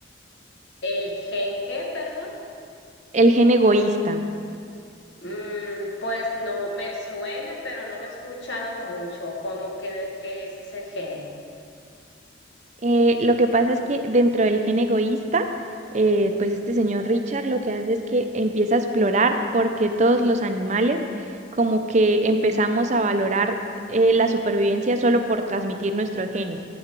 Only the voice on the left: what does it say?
El qué, perdón.
Mm, pues no me suena, pero no lo he escuchado mucho. ¿Cómo que de qué es ese gen?